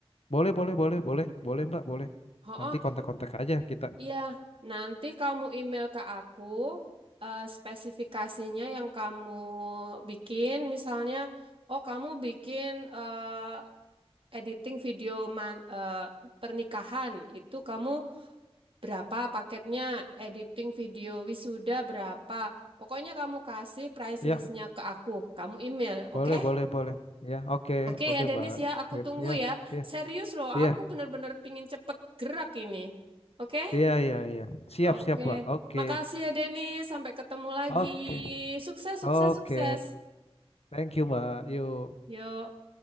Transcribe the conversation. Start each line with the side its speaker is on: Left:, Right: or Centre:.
Left: boleh, boleh, boleh, boleh, boleh Mbak, boleh.
Right: Oh,
Left: Nanti kontak-kontak aja kita.
Right: iya. Nanti kamu email ke aku eh, spesifikasinya yang kamu bikin. Misalnya, oh kamu bikin eh, editing video man- eh, pernikahan itu kamu berapa paketnya? Editing video wisuda berapa? Pokoknya kamu kasih price
Left: Iya.
Right: listnya ke aku. Kamu email, oke?
Left: Boleh, boleh, boleh. Ya, oke,
Right: Oke
Left: oke,
Right: ya Denis
Left: Mbak.
Right: ya, aku
Left: Sip,
Right: tunggu
Left: Ya,
Right: ya.
Left: ya,
Right: Serius loh, aku
Left: ya
Right: bener-bener pingin cepet gerak ini. Oke?
Left: ya ya iya. Siap,
Right: Oke,
Left: siap, Mbak. Oke,
Right: makasih ya Denny. Sampai ketemu lagi.
Left: oke,
Right: Sukses, sukses,
Left: oke.
Right: sukses.
Left: Thank you, Mbak. Yuk.
Right: Yuk.